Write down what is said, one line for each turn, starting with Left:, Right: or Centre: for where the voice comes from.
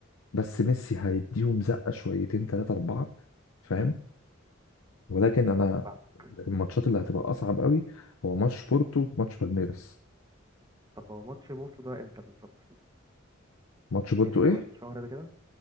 Left: بس ميسي هيديهم زقه شويتين ثلاثه اربعه فاهم ولكن انا
Right: اه فاهم
Left: الماتشات اللي هتبقى اصعب قوي هو ماتش بورتو ماتش بالميرس
Right: طب هو ماتش بورتو ده امتى بالظبط؟
Left: ماتش بورتو
Right: يعني كمان
Left: ايه
Right: شهر ده كده؟